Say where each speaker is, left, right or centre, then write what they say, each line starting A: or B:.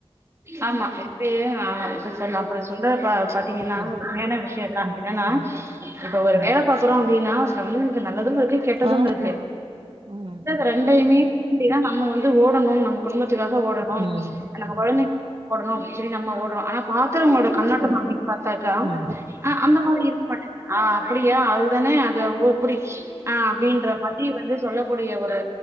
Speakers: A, on the right; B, on the right.
A: ஆமா எப்டியு ஆ இப்பிடி சொல் அப்பிடி சொல்றப்ப பாத்தீங்கன்னா
B: ம்
A: உண்மையான விஷ்யோ தா என்னன்னா
B: ம்
A: இப்ப ஒரு வேல பாக்குறோ அப்டின்னா அதுல வந்து நம் நல்லதும் இருக்கு கெட்டதும்
B: ஆமா
A: இருக்கு
B: ம்
A: இந்த ரெண்டையுமே தாண்டிதா நா அந்த மாரி ஓடணும் நம்ம குடும்பத்துக்காக ஓடணும்
B: ம்
A: நம்ம கொழந்தை ஓடணு அப்டின்னு சொல்லி நம்ம ஓடுறோ ஆனா பாக்குறவங்களோட கண்ணோட்டம் பாத் பாத்தாக்கா
B: ம்
A: ஆ அந்த மாதிரி இருக்க மாட் ஆ அப்டியா அதுதானே அது ஊ அப்டி ஆ அப்டின்ற மாரி சுத்தி வந்து சொல்லக்கூடிய ஒரு